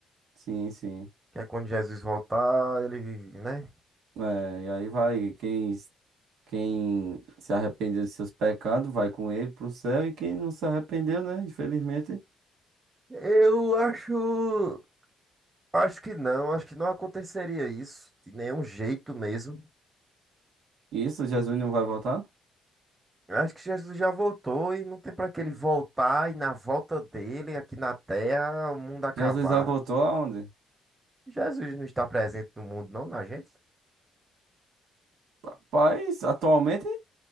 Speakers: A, on the right (about 80°); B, on the right (about 20°).
A: Sim, sim.
B: Que é quando Jesus voltar, ele vive, né?
A: É, e aí vai, quem, s- quem se arrependeu de seus pecados, vai com ele pro céu, e quem não se arrependeu, né? Infelizmente.
B: Eu acho. Acho que não, acho que não aconteceria isso, de nenhum jeito mesmo.
A: Isso, Jesus não vai voltar?
B: Eu Acho que Jesus já voltou e não tem pra que ele voltar e na volta dele, aqui na Terra, o mundo acabar.
A: Jesus já voltou aonde?
B: Jesus não está presente no mundo, não, na gente?
A: Rapaz, atualmente